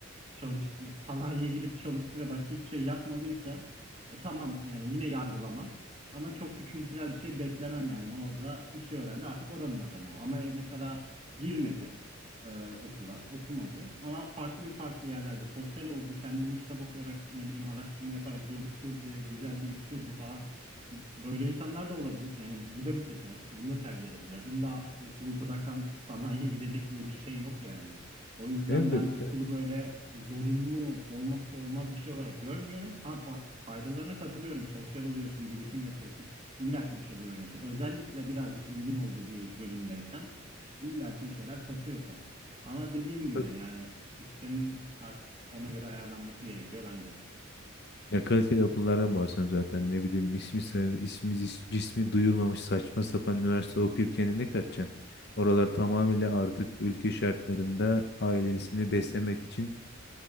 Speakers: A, on the right; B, on the left.
A: çalıştı, sanayiye girip çalıştı ve başka hiçbir şey yapmadıysa e, tamam yani yine yargılamam. Ama çok bir kültürel bir şey beklemem yani. Orada işi öğrendi. Artık oranın adamı o. Ama e, mesela girmedi e, okula, okumadı. Ama farklı farklı yerlerde sosyal oldu. Kendini kitap okuyarak, ne bileyim araştırma yaparak geliştirdi. Güzel bir iş kurdu falan. Böyle insanlar da olabilir. Yani bu da bir seçenek. Bunu da tercih edebilirler. İlla okulu bırakan sanayiye gidecek diye bir şey yok yani. O yüzden
B: Elbette.
A: ben okulu böyle zorunlu olmazsa olmaz bir şey olarak görmüyorum. Ha fa- faydalarına katılıyorum. Sosyal oluyorsun, birikim yapıyorsun. İlla ki bir şeyler öğreniyorsun. Özellikle birazcık ilgin olduğu bir bölümdeysen illa ki bir şeyler katıyor sana. Ama dediğim gibi
B: Tabii.
A: yani sistemin artık ona göre ayarlanması gerekiyor bence.
B: Ya kaliteli okullardan bahsediyorum zaten. Ne bileyim ismi, sayı- ismi cis- cismi duyulmamış saçma sapan üniversite okuyup kendine ne katacaksın? Oralar tamamıyla artık ülke şartlarında ailesini beslemek için